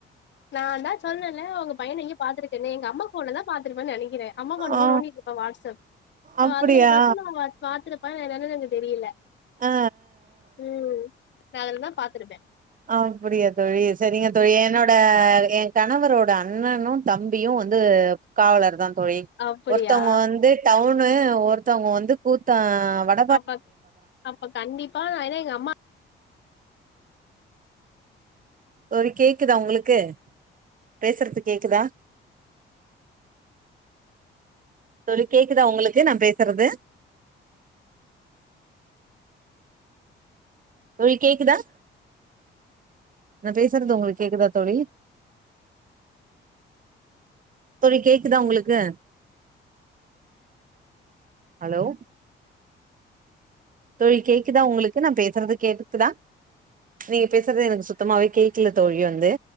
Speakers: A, on the left (about 65°); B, on the right (about 45°).
A: நான்ந்தோ சொன்னேன்ல உங்க பையன எங்கயொ பாத்துருக்கேன்னு எங்க அம்மா ஃபோன்ல தா பாத்துருப்போன்னு நொனைக்கிறே அம்மா ஃபோண்ல
B: ஆ
A: தா நோன்டிட் இருப்போ வாட்ஸ்அப் சோ
B: அப்டியா
A: அதுல ஏதாச்சும் நம்ம பாத்துருப் அ என்னென்னு எனக்கு தெரியல
B: ஆ ஆ
A: ம் நா அதல தா பா்த்தருப்பே
B: அ அப்படியா தொழி சரிங்க தொழி என்னோட ஏ கணவரோட அண்ணனூ தம்பியூ வந்து காவலர் தா தோழி
A: அப்படியா
B: ஒருத்தவங்க வந்து டவுனு ஒருத்தவங்க வந்து கூத்தா வட்
A: அ பக் அப்ப கண்டிப்பா நா ஏனா எங்க அம்மா
B: தோழி கேக்குதா உங்களுக்கு பேசுறது கேக்குதா தேழி கேக்குதா உங்களுக்கு நா பேசுறது தோழி கேக்குதா நா பேசுறது உங்களுக்கு கேக்குதா தோழி தோழி கேக்குதா உங்களுக்கு ஹலோ தோழி கேக்குதா உங்களுக்கு நா பேசுறது கேக்குதா நீங்க பேசுறது எனக்கு சுத்தமாவே கேக்குல தோழி வந்து